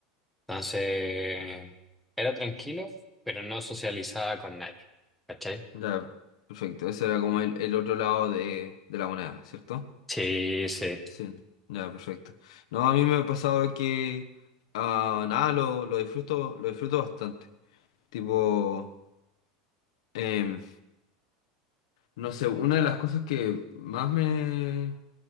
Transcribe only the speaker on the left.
Ya, perfecto. Ese era como el, el otro lado de, de la moneda, ¿cierto?
Sí, ya, perfecto. No, a mí me ha pasado que, ah, nada, lo, lo disfruto, lo disfruto bastante. Tipo, em, no sé, una de las cosas que más me